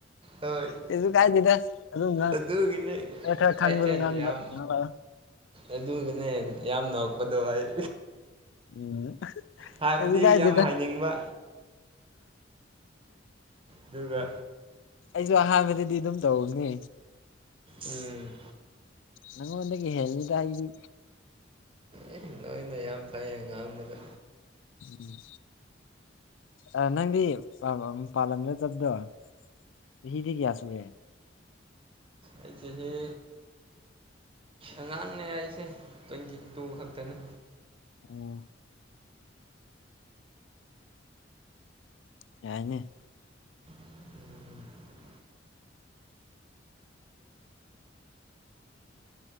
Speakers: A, on the right (about 30°); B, on the left (about 75°).
A: ꯍꯣꯏ
B: ꯀꯩꯁꯨ ꯀꯥꯏꯗꯦꯗ ꯑꯗꯨꯝ ꯉꯥꯡ
A: ꯑꯗꯨꯒꯤꯅꯦ
B: ꯈꯔ ꯈꯔ ꯈꯪꯕꯗꯣ
A: ꯑꯩ ꯏꯆꯦꯅꯤ
B: ꯉꯥꯡꯕ
A: ꯌꯥꯝ
B: ꯉꯥꯡꯂꯛꯑꯣ
A: ꯑꯗꯨꯒꯤꯅꯦ ꯌꯥꯝ ꯅꯣꯛꯄꯗꯣ ꯑꯩ
B: ꯎꯝ
A: ꯍꯥꯏꯕꯗꯤ
B: ꯑꯍꯤ ꯀꯩꯁꯨ ꯀꯥꯏꯗꯦꯗ
A: ꯌꯥꯝ ꯍꯥꯏꯅꯤꯡꯕ ꯑꯗꯨꯒ
B: ꯑꯩꯁꯨ ꯑꯍꯥꯟꯕꯗꯗꯤ ꯑꯗꯨꯝ ꯇꯧꯅꯦ
A: ꯎꯝ
B: ꯅꯉꯣꯟꯗꯒꯤ ꯍꯦꯜꯂꯤꯗ ꯑꯩꯗꯤ
A: ꯑꯦ ꯅꯣꯏꯅ ꯌꯥꯝ ꯐꯩꯌꯦ ꯉꯥꯡꯕꯗ
B: ꯎꯝ ꯑꯥ ꯅꯪꯗꯤ ꯄꯥꯟꯂꯝꯗ ꯆꯠꯄꯗꯣ ꯆꯍꯤꯗꯤ ꯀꯌꯥ ꯁꯨꯔꯦ
A: ꯑꯩ ꯆꯍꯤ ꯑꯉꯥꯡꯅꯦ ꯑꯩꯁꯦ ꯇ꯭ꯋꯦꯟꯇꯤ ꯇꯨ ꯈꯛꯇꯅꯦ
B: ꯑꯣ ꯌꯥꯏꯅꯦ
A: <inaudible>